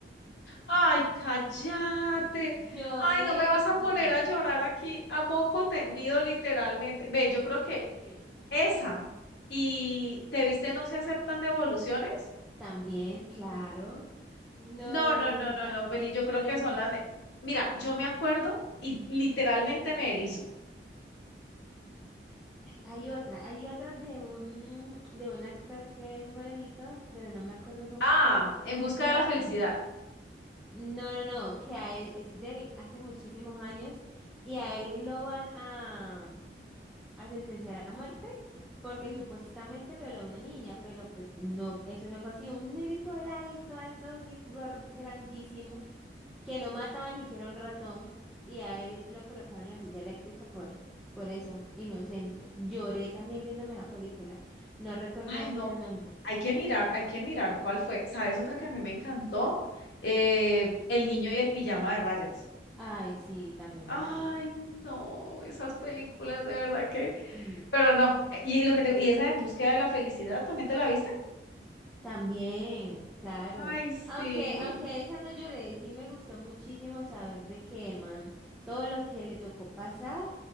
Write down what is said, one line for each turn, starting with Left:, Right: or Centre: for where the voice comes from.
Left: ay, cállate.
Centre: No. Lloré
Left: Ay, no me vas a
Centre: viendo.
Left: poner a llorar aquí a moco tendido, literalmente. Ve, yo creo
Centre: Sí,
Left: que
Centre: sí, sí.
Left: esa. ¿Y te viste No se aceptan devoluciones?
Centre: También, claro. No,
Left: No, no,
Centre: yo
Left: no, no,
Centre: también
Left: no, Vení, yo
Centre: lloré
Left: creo que
Centre: mucho.
Left: son las... me- Mira, yo me acuerdo y literalmente me erizo.
Centre: Hay otra, hay otra de un, de un actor que es morenito, pero no me acuerdo cómo
Left: Ah,
Centre: es que él se
Left: En busca
Centre: llama.
Left: de la felicidad.
Centre: No, no, no, que a él es de hace muchísimos años y a él lo van a, a sentenciar a muerte porque supuestamente violó a una niña, pero pues no, eso no fue así. Un negrito, el alto, alto, así, gor- grandísimo que no mataba ni siquiera un ratón y a él lo colocaron en la silla eléctrica por, por eso, inocente. Lloré también viéndome esa película. No recuerdo
Left: Ay,
Centre: ahorita
Left: no,
Centre: el nombre. <clears throat>
Left: Hay que mirar, hay que mirar cuál fue. ¿Sabes otra que a mí me encantó? Eh, El niño y el pijama de rayas.
Centre: Ay, sí, también
Left: Ay,
Centre: me la vi.
Left: no, esas películas de verdad que,
Centre: Y
Left: pero no. Eh, Y lo que te- y esa En búsqueda de la felicidad, ¿también te la viste?
Centre: también, claro.
Left: Ay, sí.
Centre: Aunque, aunque a esa no lloré, sí me gustó muchísimo saber de que el man, todo lo que le tocó pasar,